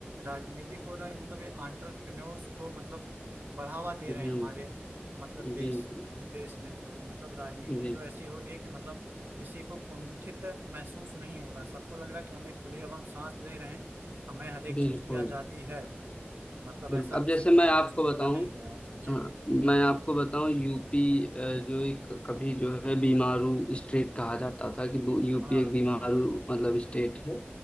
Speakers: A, on the right (about 55°); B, on the left (about 25°).
A: राजनीतिक हो रहा है मतलब ये आंट्रप्रेन्योर्स को मतलब बढ़ावा दे
B: जी
A: रहे हैं हमारे मतलब
B: जी
A: देश देश में तो मतलब राजनीति
B: जी
A: जो ऐसी हो रही है कि मतलब किसी को कुंठित महसूस नहीं हो रहा सबको लग रहा है कि हमें खुली अब हम सांस ले रहे हैं हमें हर एक
B: बिल्कुल
A: चीज की आजादी है मतलब
B: बिल्कुल
A: ऐसा
B: अब
A: किसी
B: जैसे
A: के ऊपर
B: मैं आपको
A: कुछ थोपा
B: बताऊं
A: नहीं गया जी
B: हाँ मैं आपको बताऊं यूपी अ, जो एक कभी जो है बीमारू स्टेट कहा जाता था कि वो यूपी
A: हाँ
B: एक बीमारू मतलब स्टेट है